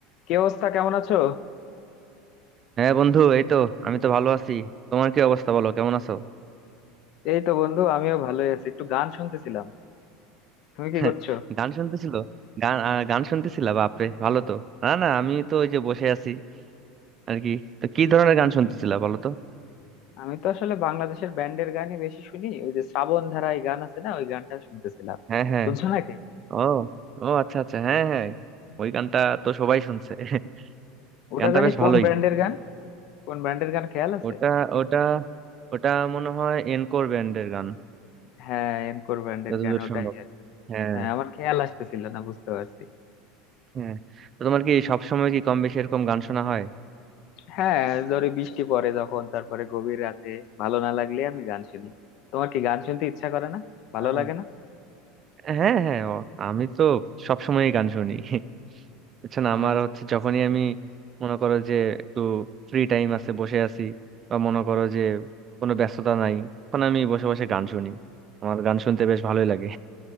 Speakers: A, on the left; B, on the right.
A: কি অবস্থা কেমন আছো
B: হ্যাঁ বন্ধু এই তো আমি তো ভালো আছি তোমার কি অবস্থা বলো কেমন আছো
A: এই তো বন্ধু আমিও ভালোই আছি একটু গান শুনতেছিলাম তুমি কি
B: <laughs>
A: করছো
B: গান শুনতেছিল গান আহ, গান শুনতেছিলা বাপরে ভালো তো না না আমি তো ওই যে বসে আছি আর কি তো কি ধরনের গান শুনতেছিলা বলো তো
A: আমি তো আসলে বাংলাদেশের ব্যান্ডের গানই বেশি শুনি ওই যে শ্রাবণ ধারায় গান আছে না ওই গানটা শুনতেছিলাম
B: হ্যাঁ হ্যাঁ
A: শুনছো নাকি
B: ও ও আচ্ছা আচ্ছা হ্যাঁ হ্যাঁ ওই গানটা তো সবাই শুনছে <laughs>
A: ওটা
B: গানটা
A: জানি
B: বেশ
A: কোন
B: ভালোই
A: ব্র্যান্ডের গান কোন ব্র্যান্ডের গান খেয়াল আছে
B: ওটা ওটা ওটা মনে হয় এনকোর ব্যান্ডের গান
A: হ্যাঁ এনকোর ব্র্যান্ডের
B: যতদূর
A: গান ওটাই
B: সম্ভব
A: আর কি।
B: হ্যাঁ
A: হ্যাঁ আমার খেয়াল আসতেছিল না বুঝতে পারছি
B: হ্যাঁ তো তোমার কি সবসময় কি কম বেশি এরকম গান শোনা হয়
A: হ্যাঁ ধরো বৃষ্টি পড়ে যখন তারপরে গভীর রাতে ভালো না লাগলে আমি গান শুনি তোমার কি গান শুনতে ইচ্ছা করে না ভালো
B: আহ,
A: লাগে না
B: হ্যাঁ হ্যাঁ ও, আমি তো সবসময় গান শুনি <laughs> বুঝছেন আমার
A: আচ্ছা
B: হচ্ছে যখনই আমি মনে করো যে একটু ফ্রি টাইম আছে বসে আছি বা মনে করো যে কোনো ব্যস্ততা নাই তখন আমি বসে বসে গান শুনি আমার গান শুনতে বেশ ভালোই লাগে